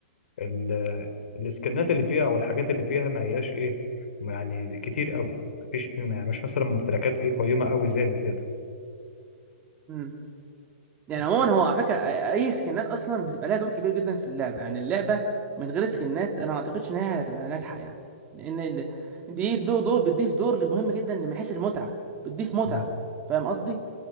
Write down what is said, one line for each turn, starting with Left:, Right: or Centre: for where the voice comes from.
Left: ال- السكنات اللي فيها او الحاجات اللي فيها ما هياش ايه يعني كتير قوي مفيش ما- مش مثلا ممتلكات ايه قيمه قوي زي اللي فيها ده
Right: امم يعني
Left: بس
Right: عموما هو على فكره اي سكنات اصلا بتبقى لها دور كبير جدا في اللعبه يعني اللعبه من غير سكنات انا ما اعتقدش ان هي هتبقى ناجحه يعني لان ال... دي دور دور بتضيف دور مهم جدا من حيث المتعه بتضيف متعه
Left: تمام
Right: فاهم قصدي